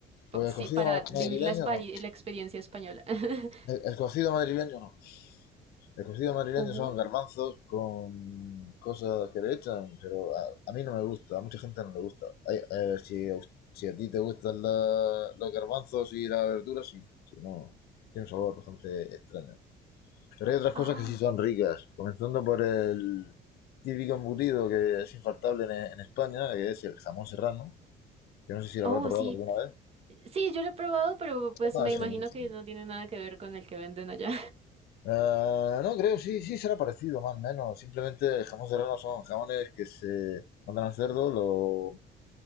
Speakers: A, on the right (about 35°); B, on the left (about 70°).
A: pa-
B: Pues
A: sí,
B: el cocido
A: para
B: ma-
A: vivir
B: madrileño
A: la, espari-
B: no.
A: la experiencia española? <laughs>
B: El, el cocido madrileño no. El cocido madrileño
A: Oh,
B: son garbanzos con cosas que le echan, pero a, a mí no me gusta, a mucha gente no le gusta. Hay- eh, si, a, us- si a ti te gustan la- los garbanzos y las verduras, sí. Si no, tiene un sabor bastante extraño. Pero hay otras cosas
A: ah,
B: que sí son ricas, comenzando por el típico embutido que es infaltable en, en España, que es el jamón serrano. Yo no sé si lo
A: oh,
B: habrá probado
A: sí.
B: alguna vez.
A: Sí, yo lo he probado, pero pues
B: No,
A: me
B: es
A: imagino
B: buenísimo.
A: que no tiene nada que ver con el que venden allá.
B: Eh, no, creo, sí, sí será parecido, más o menos. Simplemente el jamón serrano son jamones que se mandan al cerdo lo,